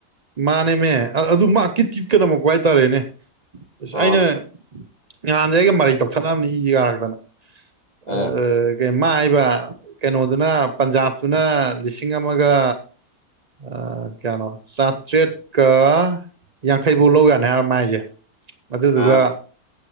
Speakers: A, on the right; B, on the left.
A: ꯃꯥꯅꯦꯅꯦ ꯑꯗꯨ ꯃꯥ ꯀꯤꯠ ꯀꯤꯠꯀꯗꯝꯃꯛꯄ ꯍꯥꯏꯇꯥꯔꯦꯅꯦ ꯑꯁ
B: ꯑꯣ
A: ꯑꯩꯅ ꯅꯍꯥꯟꯗꯩ ꯑꯩꯒ ꯃꯔꯩ ꯇꯧꯊꯠꯅꯕꯅꯤꯁꯤ ꯀꯔꯛꯇꯅ ꯑ
B: ꯑꯥ
A: <inaudible> ꯀ ꯃꯥꯏꯕ ꯀꯩꯅꯣꯗꯨꯅ ꯄꯟꯖꯥꯕꯇꯨꯅ ꯂꯤꯁꯤꯡ ꯑꯃꯒ ꯑ ꯀꯌꯥꯅꯣ ꯆꯇ꯭꯭ꯔꯦꯠ ꯀ ꯌꯥꯡꯈꯩꯐꯧ ꯂꯧ ꯌꯥꯅꯤ ꯍꯥꯏꯕ ꯃꯥꯏꯁꯦ ꯑꯗꯨꯗꯨꯒ
B: ꯑꯥ